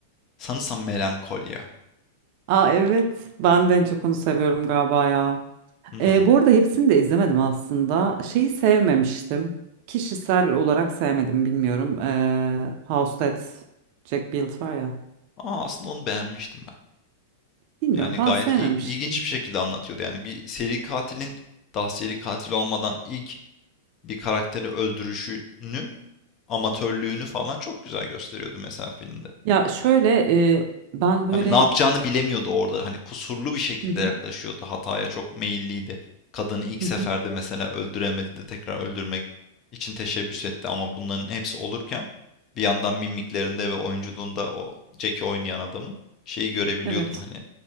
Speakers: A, on the left; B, on the right.
A: Sanırsam Melankolya.
B: Aa evet ben de en çok onu seviyorum galiba ya.
A: Hımm.
B: Ee, bu arada hepsini de izlemedim aslında. Şeyi sevmemiştim. Kişisel olarak sevmedim bilmiyorum. Ee, House That Jack Built var ya.
A: Ama aslında onu beğenmiştim ben.
B: Bilmiyorum
A: Yani
B: ben
A: gayet
B: sevmemiştim.
A: il ilginç bir şekilde anlatıyordu. Yani bir seri katilin daha seri katil olmadan ilk bir karakteri öldürüşünü, amatörlüğünü falan çok güzel gösteriyordu mesela filmde.
B: Ya şöyle e, ben böyle...
A: Hani ne yapacağını bilemiyordu orada. Hani kusurlu bir şekilde
B: Hı hı,
A: yaklaşıyordu. Hataya çok meyilliydi. Kadını ilk
B: hı
A: seferde
B: hı.
A: mesela öldüremedi de tekrar öldürmek için teşebbüs etti ama bunların hepsi olurken bir yandan mimiklerinde ve oyunculuğunda o Jack'i oynayan adamın şeyi görebiliyordun
B: Evet.
A: hani